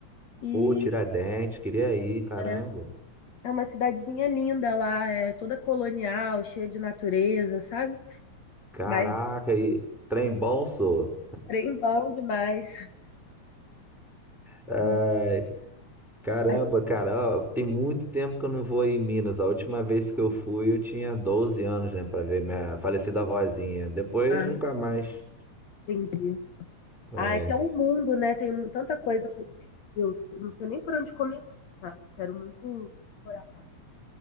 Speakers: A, on the left; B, in the centre.
A: e
B: pô, Tiradentes, queria ir, caramba.
A: é, é uma cidadezinha linda lá, é toda colonial, cheia de natureza, sabe?
B: Caraca,
A: Mas
B: e trem bom, sou.
A: trem bom demais.
B: Ai,
A: E
B: caramba,
A: aí,
B: cara, ó, tem muito tempo que eu não vou em Minas. A última vez que eu fui, eu tinha 12 anos, né, pra ver minha falecida avózinha. Depois,
A: ah,
B: nunca mais.
A: entendi.
B: Ai.
A: Ah, é que é um mundo, né? Tem mu- tanta coisa. por- Eu não sei nem por onde começar, sabe? Quero muito morar mais